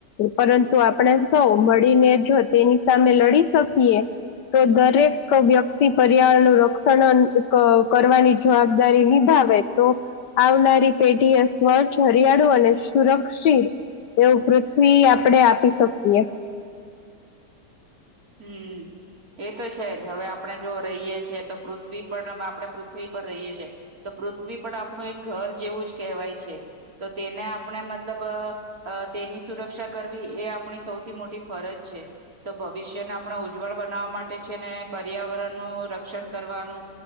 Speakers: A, on the left (about 75°); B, on the right (about 55°).
A: પરંતુ આપણે સૌ મળીને જો તેની સામે લડી શકીએ તો દરેક વ્યક્તિ પર્યાવરણ વ્યક્તિ પર્યાવરણનું રક્ષણ કરવાની જવાબદારી નિભા આવે તો આવનારી પેઢી એ સ્વચ્છ હરિયાળુ અને સુરક્ષિત એવું પૃથ્વી આપડે આપી શકીએ
B: <inaudible> હમ્મ એ તો છે જ હવે આપણે જો રહીએ છેએ તો પૃથ્વી પર આપણે પૃથ્વી પર રહીએ કે છે તો પૃથ્વી પણ આપણું એક ઘર જેવું જ કહેવાય છે તો તેને આપણે મતલબ અ અ તેની સુરક્ષા કરવી એ આપણી સૌથી મોટી ફરજ છે તો વિષ્યને આપણે ઉજ્જવળ બનાવવા માટે છે ને પર્યાવરણનું રક્ષણ કરવાનું